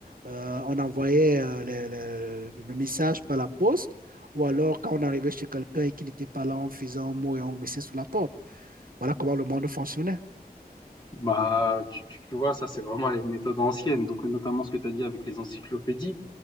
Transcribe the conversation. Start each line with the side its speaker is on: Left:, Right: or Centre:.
Right: Euh, on envoyait euh, le, le- le message par la poste ou alors quand on arrivait chez quelqu'un et qu'il n'était pas là, on faisait un mot et on glissait sous la porte. Voilà comment le monde fonctionnait.
Left: Bah, tu, tu- tu vois, ça, c'est vraiment les méthodes anciennes. Donc, notamment ce que tu as dit avec les encyclopédies.